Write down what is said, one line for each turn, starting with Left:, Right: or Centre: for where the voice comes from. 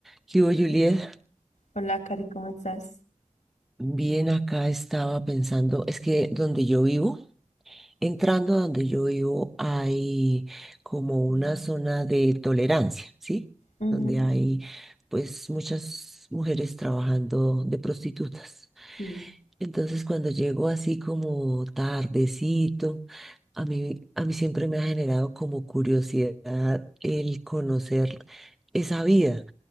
Centre: ¿Qué hubo, Juliet?
Left: Hola, Cari, ¿cómo estás?
Centre: Bien, acá estaba pensando, es que donde yo vivo, entrando a donde yo vivo, hay como una
Left: Mm,
Centre: zona de tolerancia, ¿sí?
Left: Ujú,
Centre: Donde hay pues muchas mujeres trabajando de prostitutas.
Left: Sí,
Centre: Entonces cuando llego así como tardecito, a mí, a mí siempre me ha generado como curiosidad el conocer esa vida.